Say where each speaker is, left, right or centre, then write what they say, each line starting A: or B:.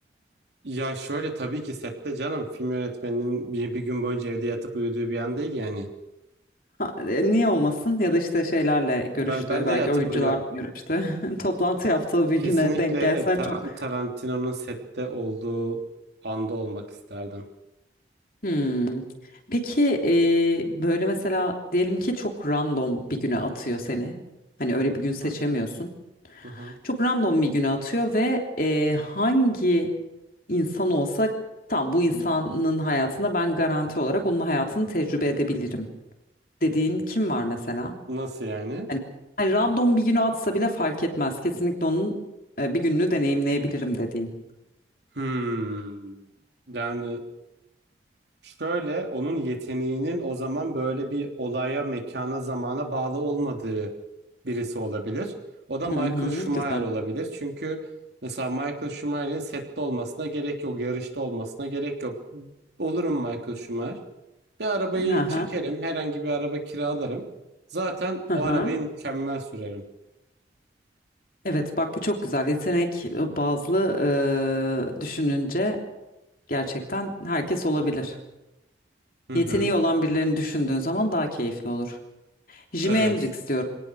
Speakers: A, on the right; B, on the left.
A: Ya şöyle tabii ki sette canım film yönetmeninin bir, bir gün boyunca evde yatıp uyuduğu bir an değil yani.
B: Ha, e, niye olmasın? Ya da işte şeylerle görüştü,
A: Ben ben de
B: belki
A: yatıp
B: oyuncularla
A: uyuyorum.
B: görüştü. <laughs> Toplantı yaptığı bir
A: Kesinlikle
B: güne denk gelsen
A: e, Tar-
B: çok.
A: Tarantino'nun sette olduğu anda olmak isterdim.
B: Hmm. Peki e, böyle mesela diyelim ki çok random bir güne atıyor seni. Hani öyle bir gün seçemiyorsun.
A: Hı hı.
B: Çok random bir güne atıyor ve e, hangi insan olsa tam bu insanın hayatında ben garanti olarak onun hayatını tecrübe edebilirim dediğin kim var mesela?
A: Nasıl yani?
B: Hani, hani random bir güne atsa bile fark etmez. Kesinlikle onun e, bir gününü deneyimleyebilirim dediğin.
A: Hmm. Yani Şöyle onun yeteneğinin o zaman böyle bir olaya, mekana, zamana bağlı olmadığı birisi olabilir. O da Michael
B: Hı hı,
A: Schumacher
B: güzel.
A: olabilir. Çünkü mesela Michael Schumacher'in sette olmasına gerek yok, yarışta olmasına gerek yok. Olurum Michael Schumacher. Bir arabayı
B: Hı hı,
A: çekerim, herhangi bir araba kiralarım. Zaten
B: hı
A: o
B: hı.
A: arabayı mükemmel sürerim.
B: Evet bak bu çok güzel yetenek e, bazlı eee, düşününce gerçekten herkes olabilir.
A: Hı
B: Yeteneği
A: hı.
B: olan birilerini düşündüğün zaman daha keyifli olur. Jimi
A: Evet.
B: Hendrix diyorum.